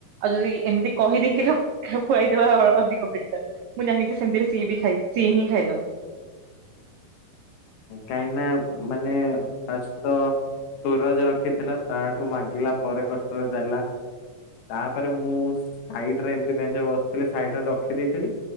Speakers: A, on the right (about 85°); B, on the left (about 70°).
A: ଆଉ ଯଦି ଏମିତି କହିଦେଇକି ଲ କୁଆଇଦବା ଅଧିକ ବେଟର୍। ମୁଁ ଜାଣିଚି ସେମିତିରେ ସିଏ ବି ଖାଇ, ସିଏ ହିଁ ଖାଇଦବ।
B: କାହିଁ ନା, ମାନେ ଫାଷ୍ଟ୍ ତ ସୂରଜ ରଖିଥିଲା, ତାଠୁ ମାଗିଲା ପରେ କଷ୍ଟରେ ଦେଲା। ତାପରେ ମୁଁ ସାଇଡରେ ଏମତି ବେଞ୍ଚ୍ ରେ ବସ୍ ଥିଲେ ସାଇଟ୍ ରେ ରଖି ଦେଇଥିଲି,